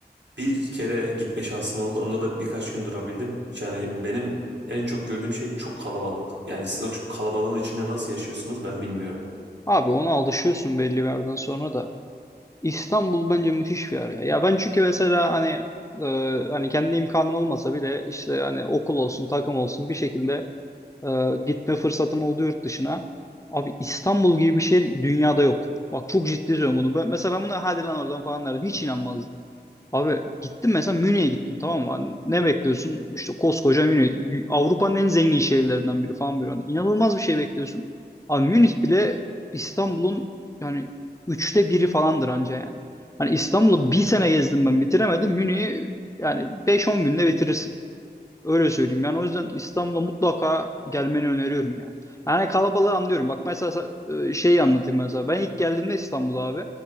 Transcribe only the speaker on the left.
Abi ona alışıyorsun belli bir yerden sonra da. İstanbul bence müthiş bir yer ya. Ya ben çünkü mesela hani e, hani kendi imkanım olmasa bile işte hani okul olsun, takım olsun bir şekilde e, gitme fırsatım oldu yurt dışına. Abi İstanbul gibi bir şey dünyada yok. Bak çok ciddi söylüyorum bunu. Ben, mesela ben buna hadi lan oradan falan derdim. Hiç inanmazdım. Abi gittim mesela Münih'e gittim tamam mı? Hani Ne bekliyorsun? İşte koskoca Münih. dü- Avrupa'nın en zengin şehirlerinden biri falan böyle. Hani inanılmaz bir şey bekliyorsun. Abi Münih bile İstanbul'un yani üçte biri falandır anca yani. Hani İstanbul'u bir sene gezdim ben bitiremedim. Münih'i yani beş on günde bitirirsin. Öyle söyleyeyim. Yani o yüzden İstanbul'a mutlaka gelmeni öneriyorum yani. Yani kalabalığı anlıyorum. Bak mesela sa- e, şeyi anlatayım mesela. Ben ilk geldiğimde İstanbul'a abi.